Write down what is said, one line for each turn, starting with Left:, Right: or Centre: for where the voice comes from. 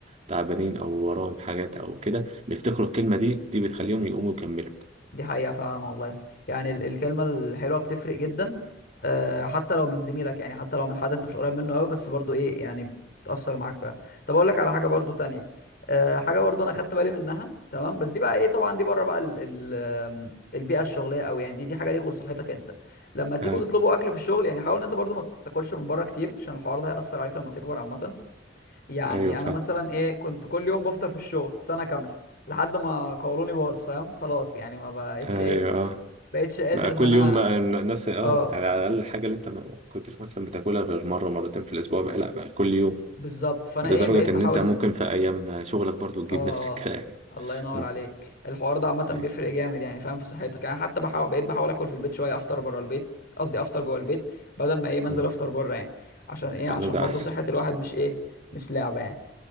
Right: تعبانين او وراهم حاجات او كده بيفتكروا الكلمه دي دي بتخليهم يقوموا يكملوا
Left: دي حقيقة فعلا والله يعني ال- الكلمة الحلوة بتفرق جدا آه، حتى لو من زميلك يعني حتى لو من حد انت مش قريب منه قوي بس برضو ايه يعني بتأثر معاك فعلا طب اقول لك على حاجة برضو تانية آه، حاجة برضو انا خدت بالي منها تمام بس دي بقى ايه طبعا دي بره بقى ال ال آم، البيئة الشغلية قوي يعني دي دي حاجة ليك ولصحتك انت لما تيجوا
Right: ايوه
Left: تطلبوا اكل في الشغل يعني حاول ان انت برضو ما تاكلش من بره كتير عشان الحوار ده هيأثر عليك لما تكبر عامة يعني
Right: ايوه فاهم
Left: انا مثلا ايه كنت كل يوم بفطر في الشغل سنه كامله لحد ما قولوني باظ فاهم خلاص يعني ما بقتش
Right: ايوه
Left: ايه بقتش قادر
Right: بقى
Left: ان
Right: كل
Left: انا
Right: يوم بقى نفس اه
Left: اه
Right: يعني على الأقل الحاجة اللي أنت ما كنتش مثلا بتاكلها غير مرة مرتين في الأسبوع بقى لأ بقى كل يوم
Left: بالظبط فانا
Right: لدرجة
Left: ايه بقيت بحاول
Right: إن أنت ممكن في أيام شغلك برضو تجيب
Left: اه
Right: نفس الكلام
Left: الله
Right: <laughs>
Left: ينور
Right: مم.
Left: عليك الحوار ده عامه بيفرق
Right: أيوة.
Left: جامد يعني فاهم في صحتك يعني حتى بحاول بقيت بحاول اكل في البيت شويه افطر بره البيت قصدي افطر جوه البيت بدل ما ايه منزل
Right: مم.
Left: افطر بره يعني عشان ايه
Right: والله
Left: عشان
Right: ده
Left: برضو
Right: أحسن
Left: صحه الواحد مش ايه مش لعبه يعني